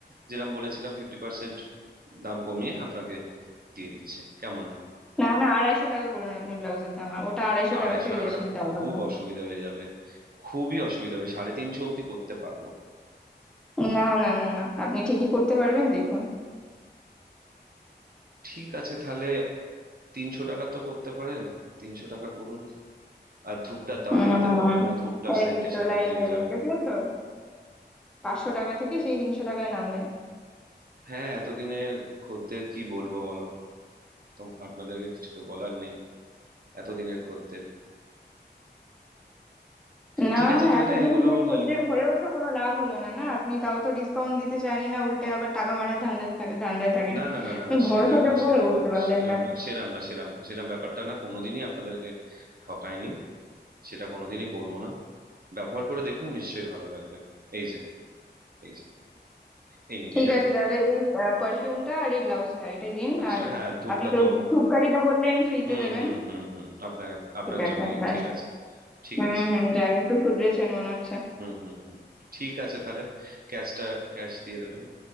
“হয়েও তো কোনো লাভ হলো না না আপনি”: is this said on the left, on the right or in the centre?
Centre